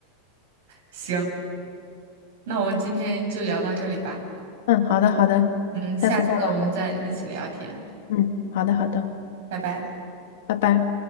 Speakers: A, on the right; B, on the left.
A: 行，那我们今天就聊到这里吧。
B: 嗯，好的好的，
A: 嗯，下次我们再一起聊天，
B: 下次再聊吧。嗯，好的好的，
A: 拜拜。
B: 拜拜。